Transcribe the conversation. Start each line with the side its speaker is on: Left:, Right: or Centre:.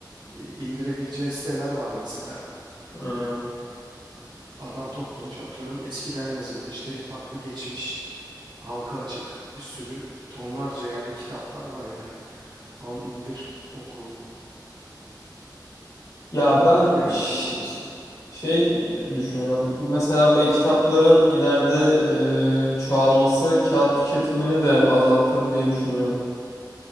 Right: e, indirebileceğin siteler var mesela.
Left: Hmm.
Right: Adam toplamış atıyorum eskiden yazılmış telif hakkı geçmiş. halka açık bir sürü tonlarca yani kitaplar var yani. Al indir oku
Left: Ya
Right: olabilir
Left: ben
Right: yani
Left: ş-
Right: neden olmasın?
Left: Şey düşünüyorum. Mesela bu e-kitapların ileride e, çoğalması kağıt tüketimini de azaltır diye düşünüyorum.